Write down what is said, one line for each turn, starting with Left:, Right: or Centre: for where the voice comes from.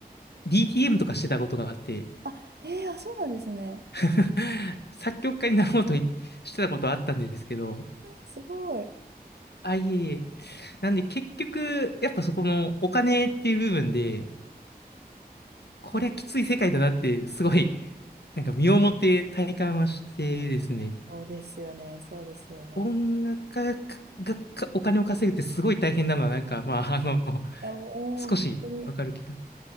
Left: DTM とかしてたことがあって、
Right: あ、えー、あ、そうなんですね。
Left: <laughs> 作曲家になろうといしてたことがあったんですけど、
Right: すごい。
Left: あ、いえいえ。なんで結局、やっぱそこのお金っていう部分で、こりゃきつい世界だなって、
Right: はい
Left: すごい、なんか身をもって体感はしてですね、
Right: そうですよね、そうですよね。
Left: 音楽家がかお金を稼ぐってすごい大変なのは、なんか、まあ、あの、
Right: いや、もう本当に、
Left: 少しわかる気が。